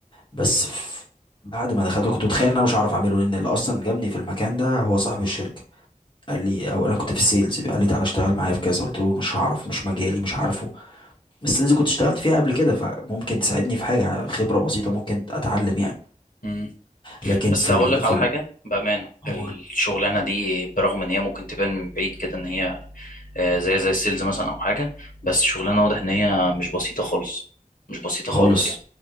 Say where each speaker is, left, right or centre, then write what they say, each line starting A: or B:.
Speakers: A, on the left; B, on the left.
A: بس ف- بعد ما دخلت كنت متخيل ان انا مش هعرف اعمله لان اللي اصلا جابني في المكان ده هو صاحب الشركة قال لي او انا كنت في السيلز قال لي تعالى اشتغل معايا في كذا قلت له مش هعرف مش مجالي مش عارفه السيلز كنت اشتغلت فيها قبل كده فممكن تساعدني في حاجه خبره بسيطه ممكن اتعلم يعني
B: مم.
A: لكن
B: بس
A: في
B: هقول
A: ال
B: لك
A: في
B: على
A: ال
B: حاجه بامانه
A: قول.
B: الشغلانه دي برغم ان هي ممكن تبان من بعيد كده ان هي آه، زي زي السيلز مثلا او حاجه بس الشغلانه واضح ان هي مش بسيطه خالص مش بسيطه خالص
A: خالص
B: يعني